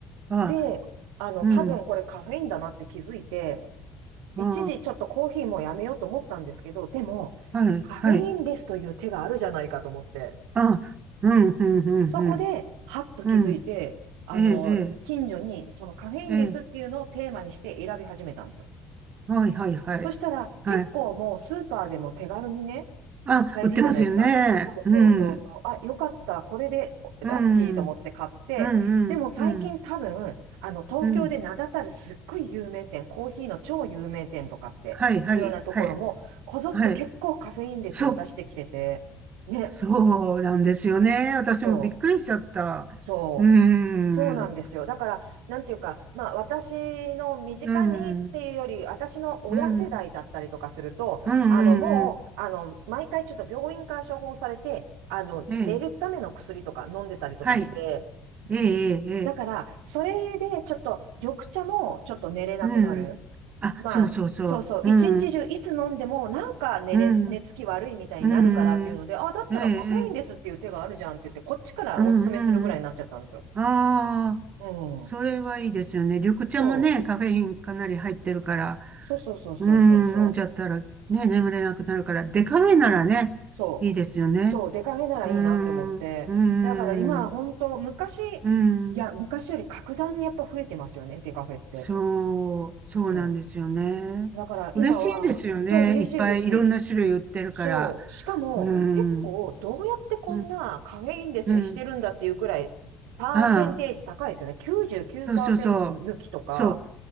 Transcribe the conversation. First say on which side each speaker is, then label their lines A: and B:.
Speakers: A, on the right; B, on the right.
A: あ、
B: で、あの、
A: うん、
B: 多分これカフェインだなって気づいて、
A: あ
B: 一時ちょっとコーヒーもやめようと思ったんですけど、でも、
A: あ、はい、
B: カフェインレスという手があるじゃないかと思って。
A: はい。あ、うん、うん、うん、
B: そこで、はっと気づいて、
A: うん。うん
B: あの、
A: ええ、
B: 近所にそのカフェインレスっていうのをテーマにして選び始めたんですよ。
A: ええ、ええ。はい、はい、はい。
B: そしたら、
A: はい。
B: 結構もうスーパーでも手軽にね、
A: あ、
B: 買えるじゃないですか。
A: 売ってますよね。
B: そうそうそうそう。
A: うん、
B: あ、よかった。これでラッキーと思って買って、
A: うん、うん、う
B: でも最近多分、
A: ん、うん、
B: あの、東京で名だたるすっごい有名店、
A: うん。
B: コーヒーの超有名店とかっていうようなところも、
A: はい、はい、はい、
B: こぞって結構カフェインレスを出してきてて、
A: はい。そう、
B: ね、
A: そうなんですよね。私もびっくりしちゃった。
B: そう。そう
A: うん、
B: そうなんですよ。
A: うん、
B: だから、なんていうか、まあ、私の身近にっていうより、
A: うん、
B: 私の親世代だったりとかすると、
A: うん、うん、
B: あの、もう、
A: うん。
B: あの、毎回ちょっと病院から処方されて、あの、
A: ええ、
B: 寝るための薬とか飲んでたりとかして、
A: はい。ええ、
B: うんだから、
A: ええ、ええ
B: それでちょっと、緑茶もちょっと寝れなくなる。
A: うん。あ、
B: まあ、
A: そうそうそう。
B: そうそう、
A: うん、
B: 一日中いつ飲んでも、なんか寝れ、
A: うん。
B: 寝つき悪いみたいになるからっていうので、
A: うんうん。
B: あ、だったらカフェインレスっていう手があるじゃんって言って、
A: ええ、ええ。
B: こっちからおすすめするぐらいになっちゃったんですよ。
A: うんうん。ああ、
B: うん。
A: それはいいですよね。緑茶もね、
B: そう。
A: カフェインかなり入ってるから、
B: そうそうそうそうそうそう。
A: うん、飲んじゃったらね、眠れなくなるから、デカフェならね、
B: そう。
A: いいですよね。
B: そう。出かけならいいなって思って。
A: うん、う
B: だから今、
A: ん、
B: 本当昔、
A: うん。
B: いや、昔より格段にやっぱ増えてますよね、デカフェって。
A: そう、そうなんですよね。
B: そう。だから今は、
A: 嬉しいですよね。
B: そう、嬉しい嬉しい。
A: いっぱいいろんな種類売ってるから。
B: そう。しかも、
A: うん、
B: 結構、どうやってこんなカフェインレスにしてるんだっていうくらい、
A: うん、うん。
B: パーセンテージ高いですよね。
A: ああ。
B: 99%
A: そうそうそう。
B: 抜きとか、
A: そう。